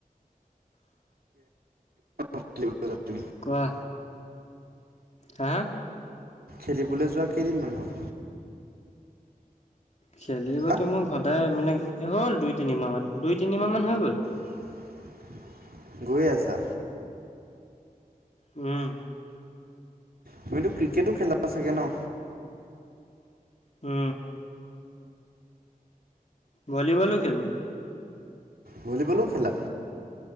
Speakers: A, on the right; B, on the left.
A: খেলিবলৈ যোৱা তুমি
B: কোৱা। হা?
A: খেলিবলে যোৱা কেইদিনমান হল?
B: খেলিবতো
A: হা
B: মোৰ সদায় মানে হ'ল দুই তিনিমাহ মান। দুই তিনিমাহ মান হৈ গ'ল।
A: <inaudible> হৈ আছা।
B: উম।
A: তুমিতো ক্ৰিকেটো খেলা চাগে ন?
B: হু। ভলিবলো খেলো।
A: ভলীবলো খেলা?